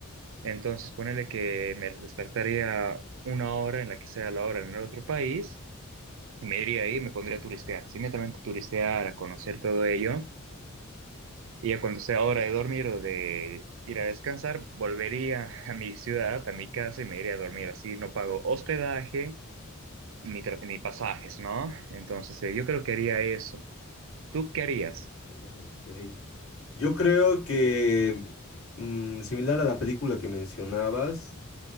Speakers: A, on the right (about 65°); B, on the left (about 70°).
A: Entonces, ponele que me despertaría una hora en la que sea la hora en el otro país y me iría ahí y me pondría a turistear, así netamente a turistear, a conocer todo ello. Y ya cuando sea hora de dormir o de ir a descansar, volvería a mi ciudad, a mi casa y me iría a dormir. Así no pago hospedaje ni, tra- ni pasajes, ¿no? Entonces, eh, yo creo que haría eso. ¿Tú qué harías?
B: Oh, ok. Yo creo que mm, similar a la película que mencionabas,